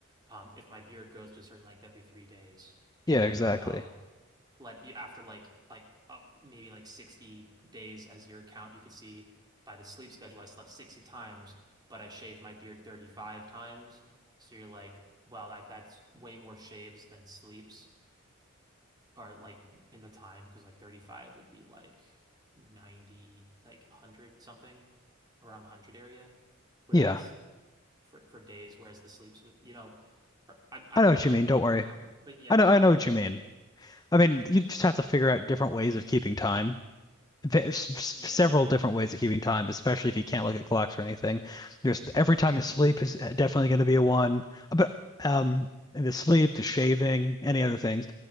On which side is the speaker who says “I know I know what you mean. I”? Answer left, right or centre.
Left